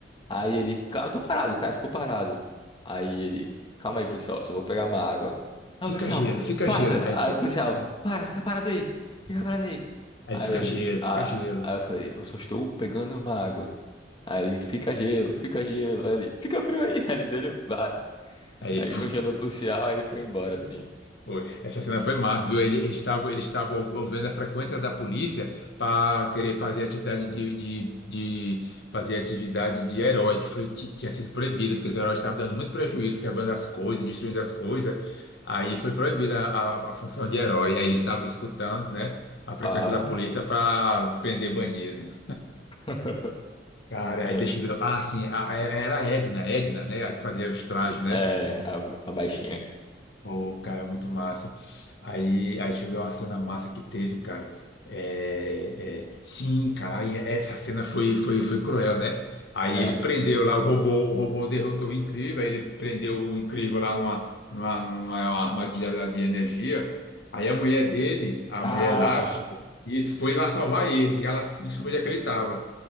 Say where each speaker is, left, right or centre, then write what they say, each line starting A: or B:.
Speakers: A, on the left; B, on the left.
A: Aí ele, cara, eu tô parado, o cara ficou parado. Aí ele, calma aí, policial, só vou pegar uma água. Aí
B: Fica
A: o policial,
B: gelo, fica
A: passa!
B: gelo. Aí
A: Aí
B: ele fica,
A: o policial,
B: é.
A: para, fica parado aí, fica parado aí.
B: Aí
A: Aí
B: ele fica
A: ele,
B: gelo,
A: ah,
B: fica gelo.
A: aí eu falei, eu só estou pegando uma água. Aí ele, fica gelo, fica gelo. Aí ele, fica frio aí. <laughs> Aí ele dele, vai.
B: Aí
A: Aí
B: ele <laughs>
A: congelou o policial, aí foi embora, assim.
B: Foi. Essa cena foi massa, viu? Ele- Eles estavam eles estavam ouvindo a frequência da polícia para querer fazer atividade de, de, de- fazer atividade de herói, que foi, ti- tinha sido proibida, porque os heróis estavam dando muito prejuízo, quebrando as coisas, destruindo as coisas. Aí foi proibida a, a- a função de herói. Aí eles estavam escutando, né, a frequência
A: Ah,
B: da polícia para prender bandido.
A: <laughs>
B: Cara,
A: eu-
B: aí deixa eu ver. Ah, sim, a- a- era a Edna, Edna, né, a que fazia os trajes, né?
A: é, a, a baixinha.
B: Ô, cara, muito massa. Aí, aí chegou uma cena massa que teve, cara. É, é, sim, cara, aí essa cena foi, foi, foi cruel, né? Aí
A: É.
B: ele prendeu lá o robô, o robô derrotou o Incrível, aí ele prendeu o Incrível lá numa, numa, numa armadilha lá de energia. Aí a mulher dele, a
A: Ah,
B: mulher elástica, isso foi lá salvar ele, ela descobriu onde é que ele estava.